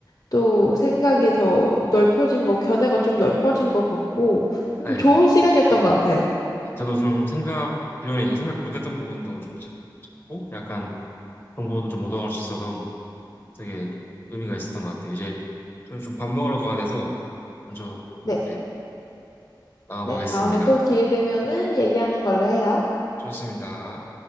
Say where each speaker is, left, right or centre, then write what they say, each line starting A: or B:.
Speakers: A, on the left (about 45°); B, on the left (about 25°).
A: 또 생각이 더 넓혀진 거, 견해가 좀 넓혀진 것 같고, 음,
B: 네.
A: 좋은 시간이었던 것 같아요.
B: 음, 저도 좀 생각 기존에 이제 생각 못했던 부분도 좀 찾고 약간 정보도 좀 얻어갈 수 있어서 되게 의미가 있었던 것 같아요. 이제 저는 좀 밥 먹으러 가야 돼서 먼저
A: 네.
B: 네, 나가보겠습니다.
A: 네, 다음에 또 기회 되면은 얘기하는 걸로 해요.
B: 좋습니다.